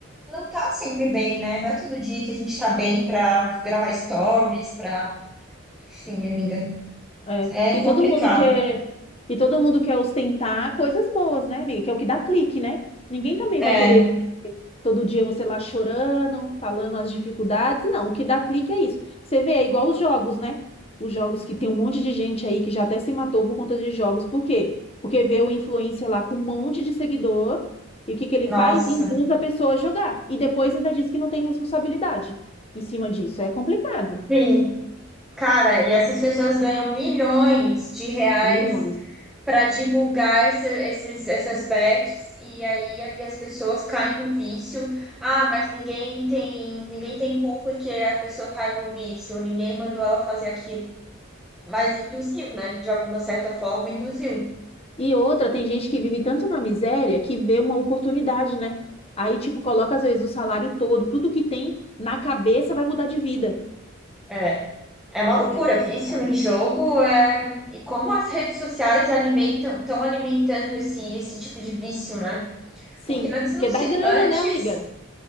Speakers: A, in the centre; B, on the left.
A: não tá sempre bem, né? Não é todo dia que a gente tá bem pra gravar stories, pra. Enfim, amiga.
B: É.
A: É
B: E
A: complicado.
B: todo mundo quer, e todo mundo quer ostentar coisas boas, né, amiga? Que é o que dá clique, né? Ninguém também
A: É,
B: vai querer ver todo dia você lá chorando, falando as dificuldades. Não, o que dá clique é isso. Você vê, é igual os jogos, né? Os jogos que tem um monte de gente aí que já até se matou por conta de jogos. Por quê? Porque vê o influencer lá com um monte de seguidor e o que que ele
A: nossa.
B: faz? Induz a pessoa a jogar. E depois ainda diz que não tem responsabilidade em cima disso. É complicado.
A: Sim. Cara, e essas pessoas ganham milhões de reais
B: Milhões.
A: para divulgar essa- esses, essas bets e aí a- e as pessoas caem no vício. Ah, mas ninguém tem ninguém tem culpa que a pessoa caiu no vício, ninguém mandou ela fazer aquilo. Mas induziu, né? De alguma certa forma, induziu.
B: E outra, tem gente que vive tanto na miséria que vê uma oportunidade, né? Aí, tipo, coloca às vezes o salário todo, tudo que tem na cabeça vai mudar de vida.
A: É, é uma loucura,
B: É complicado.
A: vício em jogo é... e como as redes sociais alimentam, estão alimentando esse, esse tipo de vício, né?
B: Sim,
A: Porque antes
B: porque
A: não se,
B: dá grana,
A: antes
B: né, amiga?